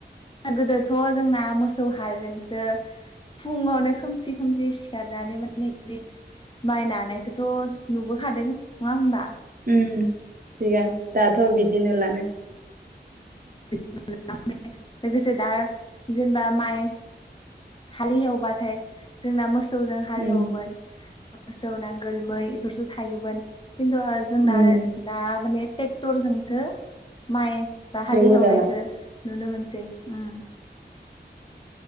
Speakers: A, on the left; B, on the right.
A: गोदोथ' जोंना मोसौ हालजोंसो फुङावनो खोमसि खोमसि सिखारनानै माने माइ नानायखौथ' नुबोखादों नङा होमबा?
B: उम सिगां दाथ' बिदि नुलानो।
A: <unintelligible> लोगोसे दा जेनेबा माइ हालेवबाथाय जोंना मोसौजों हालेवोमोन।
B: उम
A: मोसौ नांगोल मै बेफोरसो थायोमोन। खिन्थु जोंना
B: उम
A: दा माने ट्रेक्टरजोंसो माइ बा हालि
B: हेवो
A: एवनायखौ
B: दाना
A: नुनो मोनसै उम।